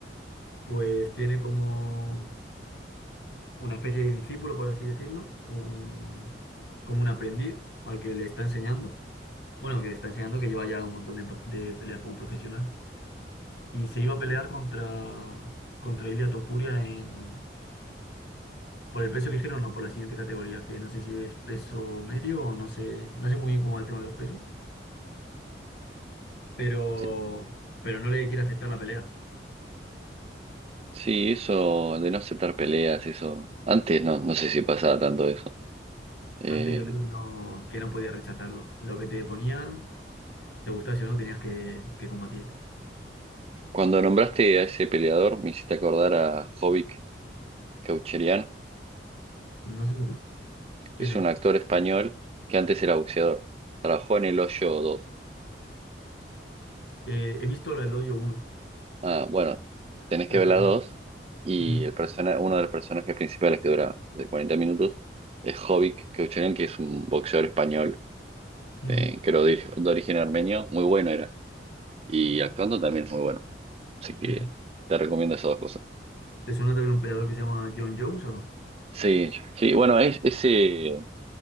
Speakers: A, on the left; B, on the right.
A: Pues tiene como una especie de discípulo, por así decirlo, un, como un aprendiz al que le está enseñando, bueno, que le está enseñando que lleva ya un montón de, pa- de peleas como profesional. Y se iba a pelear contra, contra Ilia Topuria en, por el peso ligero, no, por la siguiente categoría, que no sé si es peso medio o no sé, no sé muy bien cómo va el tema de los pesos, pero,
B: Sí.
A: pero no le quiere aceptar la pelea.
B: Sí, eso de no aceptar peleas, eso. Antes no, no sé si pasaba tanto eso. Eh,
A: Antes yo creo que no, que no podía rechazarlo. Lo que te ponían Te gusta si o no tenías que, que combatir.
B: cuando nombraste a ese peleador, me hiciste acordar a Jovic Kaucherian.
A: No sé quién es. ¿Quién
B: Es
A: es?
B: un actor español que antes era boxeador. Trabajó en El Hoyo 2.
A: Eh, he visto la del hoyo uno,
B: Ah, bueno, tenés
A: pero
B: que ver
A: la
B: la
A: 2
B: 2
A: no.
B: y
A: Ujú,
B: el persona, uno de los personajes principales que dura de 40 minutos es Jovic Keuchelen, que es un boxeador español
A: ujú,
B: eh, que era de, de origen armenio. Muy bueno era. Y actuando también es muy bueno. Así que
A: ujú.
B: te recomiendo esas dos cosas.
A: ¿Te suena también un peleador que se llama John Jones o no?
B: Sí, sí, bueno, es, ese